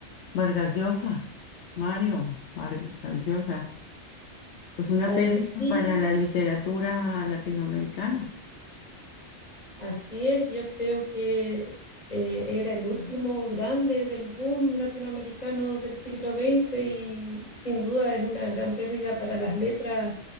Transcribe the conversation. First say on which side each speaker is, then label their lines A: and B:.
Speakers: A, on the left; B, on the left.
A: Vargas Llosa, Mario Var- Vargas Llosa. Pues una
B: Eh,
A: pérdida
B: sí,
A: para la literatura latinoamericana.
B: así es. Yo creo que eh, era el último grande del boom latinoamericano del siglo XX y sin duda es una gran pérdida para las letras